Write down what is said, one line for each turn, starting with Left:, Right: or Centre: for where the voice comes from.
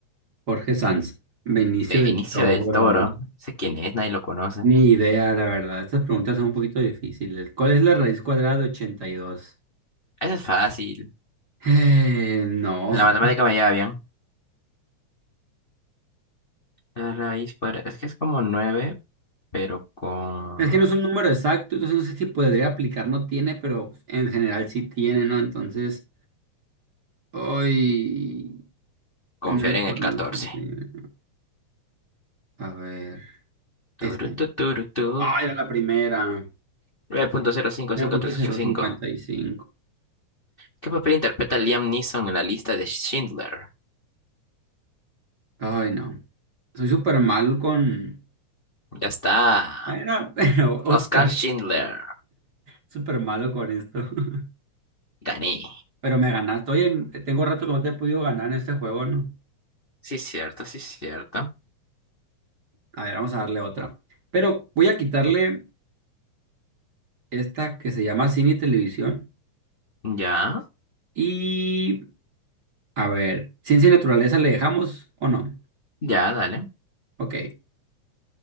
Right: Jorge Sanz, Benicio
Left: Benicio
Right: del Toro.
Left: del Toro. No sé quién es, nadie lo conoce.
Right: Ni idea, la verdad. Estas preguntas son un poquito difíciles. ¿Cuál es la raíz cuadrada de 82?
Left: Eso es fácil.
Right: Eh, no.
Left: La matemática me lleva bien. La raíz cuadrada. Es que es como nueve pero con
Right: Es que no es un número exacto, entonces no sé si podría aplicar, no tiene, pero en general sí tiene, ¿no? Entonces, hoy...
Left: confiar
Right: 9
Left: en
Right: por
Left: el 14.
Right: 9, 81. A ver,
Left: Turu,
Right: esta.
Left: tu, turu, tu.
Right: ¡Ay, era la primera!
Left: nueve punto cero cinco
Right: nueve
Left: cinco
Right: punto
Left: tres
Right: cero
Left: ocho
Right: cincuenta
Left: cinco.
Right: y cinco
Left: ¿Qué papel interpreta Liam Neeson en la lista de Schindler?
Right: Ay, no. Soy súper mal con...
Left: Ya está.
Right: era <laughs> pero Oscar,
Left: Oscar Schindler.
Right: súper malo con esto. <laughs>
Left: Gané.
Right: Pero me ganaste. Oye, en- tengo rato que no te he podido ganar en este juego, ¿no?
Left: Sí, cierto, sí, cierto.
Right: A ver, vamos a darle otra. Pero voy a quitarle esta que se llama cine y televisión.
Left: Ya,
Right: Y a ver, ciencia y naturaleza le dejamos o no.
Left: ya, dale.
Right: Ok,